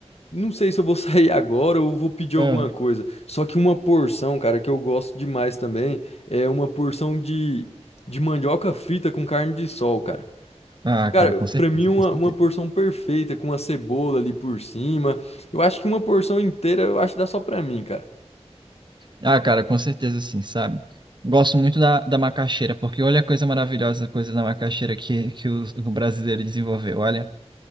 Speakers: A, on the left (about 65°); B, on the right (about 40°).
A: Não sei se eu vou <laughs> sair agora ou vou pedir alguma
B: Ah,
A: coisa. Só que uma porção, cara, que eu gosto demais também, é uma porção de, de mandioca frita com carne de sol, cara.
B: Ah,
A: Cara,
B: cara, com
A: pra
B: certeza,
A: mim uma,
B: com certeza.
A: uma porção perfeita, com a cebola ali por cima. Eu acho que uma porção inteira, eu acho que dá só pra mim, cara.
B: Ah, cara, com certeza sim, sabe? Gosto muito da, da macaxeira, porque olha a coisa maravilhosa, a coisa da macaxeira que, que o, o brasileiro desenvolveu, olha.